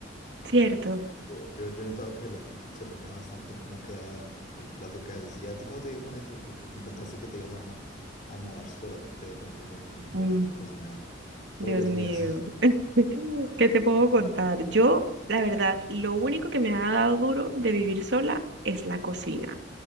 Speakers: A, on the right; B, on the left.
A: Cierto.
B: Yo, yo, yo he notado que la actitud se refleja bastante en cómo queda el plato que haces. ¿Y a ti cómo te ha ido con eso? Porque me contaste que te ibas a, a mudar sola, ¿cómo te ha ido con el tema de, de
A: Mm.
B: cocinar
A: Dios
B: todos los
A: mío,
B: días? <laughs>
A: <laughs> ¿qué te puedo contar? Yo, la verdad, lo único que me ha dado duro de vivir sola es la cocina,